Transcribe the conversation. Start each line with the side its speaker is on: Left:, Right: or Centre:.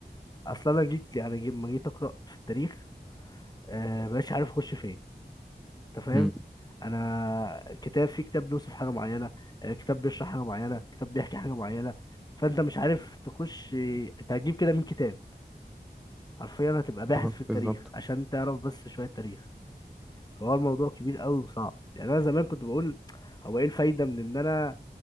Left: اصلا انا جيت يعني جي- لما جيت اقرا في التاريخ آه مبقاش عارف اخش فين انت فاهم
Centre: امم
Left: انا كتاب في كتاب بيوصف حاجة معينة آه كتاب بيشرح حاجة معينة كتاب بيحكي حاجة معينة فانت مش عارف تخش آه، انت هتجيب كده من كتاب حرفيا هتبقى باحث
Centre: اه
Left: في التاريخ
Centre: بالظبط
Left: عشان تعرف بس شوية تاريخ فهو الموضوع كبير قوي وصعب يعني أنا زمان كنت بقول هو إيه الفايدة من إن أنا